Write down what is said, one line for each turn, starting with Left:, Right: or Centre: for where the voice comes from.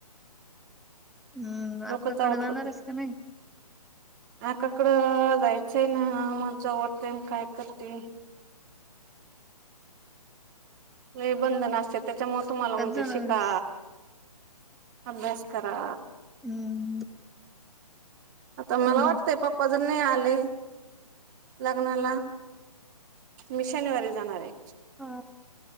Centre: हम्मं.
Right: डोकंच
Centre: अक्काकडं
Right: आउट
Centre: जाणारं
Right: होते
Centre: आहेस की नाहीं?
Right: आकाकडं जायचंय नां, मजा वाटतें कायं करते? लयं बंधन असतें त्यांच्यामुळे तुम्हांला
Centre: कधी
Right: म्हणते
Centre: जाणार
Right: शिका.
Centre: आहेस
Right: अभ्यास करा.
Centre: हम्म.
Right: आता मला
Centre: हो ना
Right: वाटतंय पप्पां जर नाहीं आलें- लग्नांला, मी शनिवांरी जाणारं आहे.
Centre: हा